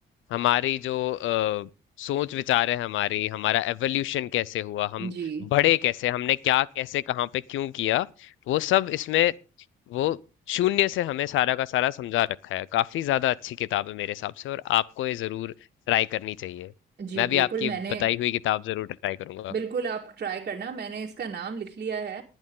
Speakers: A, on the left (about 80°); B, on the right (about 45°).
A: हमारी जो अ, सोच विचार है हमारी हमारा एवोल्यूशन कैसे हुआ हम
B: जी
A: बढ़े कैसे हमने क्या कैसे कहाँ पे क्यों किया वो सब इसमें वो शून्य से हमें सारा का सारा समझा रखा है काफी ज्यादा अच्छी किताब है मेरे हिसाब से और आपको ये जरूर ट्राई करनी चाहिए
B: जी
A: मैं भी
B: बिल्कुल
A: आपकी
B: मैंने
A: बताई हुई किताब जरूर ट्राई करूंगा
B: बिल्कुल आप ट्राई करना मैंने इसका नाम लिख लिया है